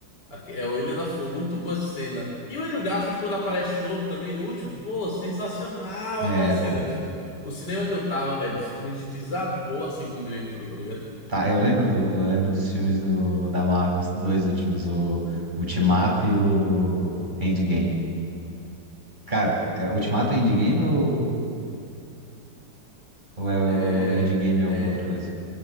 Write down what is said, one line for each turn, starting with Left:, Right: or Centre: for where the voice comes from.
Left: A- É, ele ainda foi muito boa essa cena. E o Andrew Garfield, quando aparece de novo também no último, pô, sensacional
Right: É,
Left: aquela cena.
Right: bom.
Left: Tipo, o cinema que eu tava, velho, simplesmente desabou assim quando ele entrou, tá ligado?
Right: Tá, eu lembro do, eu lembro dos filmes do, da Marvel, os dois últimos, o Ultimato e o Endgame. Cara, é Ultimato e Endgame ou, ou é
Left: É.
Right: o Endgame e alguma
Left: É.
Right: outra coisa?